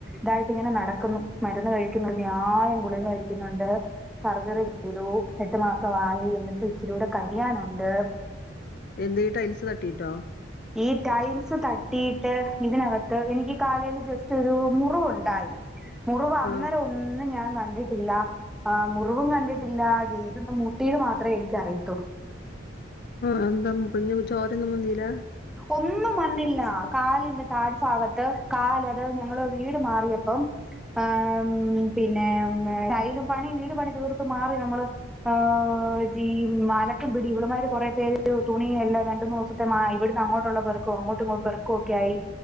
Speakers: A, in the centre; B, on the left (about 50°).
A: തായിട്ടിങ്ങെനെ നടക്കുന്നു മരുന്ന് കഴിയ്ക്കുന്നുണ്ട് അന്യായം ഗുളിക കഴിയ്ക്ക്ന്നുണ്ട് സർജറി ചെയ്തു എട്ട് മാസവായി എന്നിട്ടും ഇച്ചരി കൂടെ കരിയാനുണ്ട്
B: എന്ത് ഈ ടൈൽസ് തട്ടീട്ടോ?
A: ഈ ടൈൽസ് തട്ടിയിട്ട് ഇതിനകത്ത് എനിക്ക് കാലേല് ജെസ്റ്റാെരു മുറിവുണ്ടായി മുറിവ് അന്നേര
B: ആഹ്
A: ഒ ഒന്നും ഞാൻ കണ്ടിട്ടില്ലാ ആ മുറിവും കണ്ടിട്ടില്ലാ ഇതൊന്ന് മു ട്ടീത് മാത്രേ എനിക്കറിയത്തൊള്ളൂ
B: ആഹ് എന്താ മുറിഞ്ഞപ്പം ചോരെന്നും വന്നീലാ
A: ഒന്നും വന്നില്ല കാലിന്റെ താഴ്ഭാഗത്ത് കാല് അത് ഞങ്ങള് വീട് മാറിയപ്പം ആഹ് പിന്നെ കയ്യിലും പണിയും വീട് പണി തീർത്തു മാറി നമ്മള് ഹ് ജഈ മാലക്കൻ പിിടി ഇവിടെമാര് കൊറെ പേര് തുണിയല്ല രണ്ടു ദിവസത്തെ ഇവിടെ അങ്ങോട്ടുള്ള പെറക്കോ അങ്ങോട്ടും ഇങ്ങ പെറക്കോ ഒക്കെ ആയി